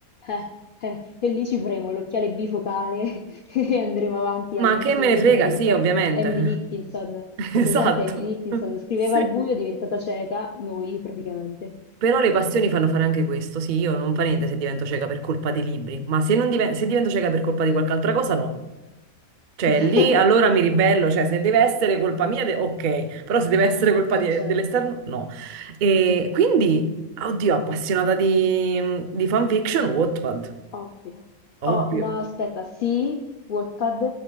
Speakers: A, on the left; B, on the right.
A: eh, eh, e lì ci faremo l'occhiale bifocale <laughs> e andremo avanti
B: Ma
A: all'infinito
B: che me ne frega,
A: fino a diventare
B: sì, ovviamente.
A: Emily Dickinson.
B: <laughs>
A: La
B: Esatto.
A: presente Emily Dickinson
B: <laughs>
A: scriveva
B: Sì.
A: al buio, è diventata cieca, noi praticamente.
B: Però le passioni fanno fare anche questo, sì, io non fa niente se divento cieca per colpa dei libri, ma se, non diven- se divento cieca per colpa di qualche altra cosa, no. Cioè,
A: <laughs>
B: lì allora mi ribello, cioè se deve essere colpa mia, de- ok, però se deve essere colpa
A: Eh,
B: di-
A: certo,
B: dell'esterno, no. E quindi, oddio, appassionata di, di fanfiction, Wattpad,
A: ovvio.
B: ovvio.
A: Oh, no, aspetta, sì, Wattpad,